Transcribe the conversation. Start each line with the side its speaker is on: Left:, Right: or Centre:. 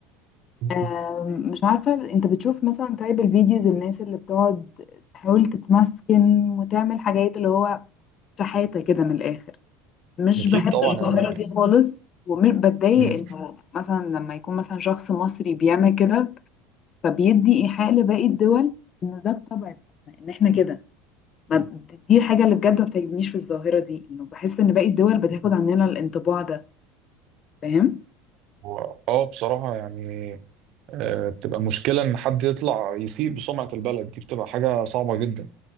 Right: مم.
Left: آه مش عارفة انت بتشوف مثلا طيب الفيديوز الناس اللي بتقعد تحاول تتمسكن وتعمل حاجات اللي هو شحاتة كده من الاخر مش
Right: أكيد
Left: بحب
Right: طبعا
Left: الظاهرة
Right: يعني
Left: دي خالص وبتضايق
Right: مم.
Left: انه مثلا لما يكون مثلا شخص مصري بيعمل كده فبيدي ايحاء لباقي الدول ان ده الطبع بتاعنا، ان احنا كده ما- دي الحاجة اللي بجد ما بتعجبنيش في الظاهرة دي انه بحس ان باقي الدول بتاخد عننا الانطباع ده فاهم؟
Right: هو- اه بصراحة يعني آه، بتبقى مشكلة إن حد يطلع يسيء بسمعة البلد دي بتبقى حاجة صعبة جدا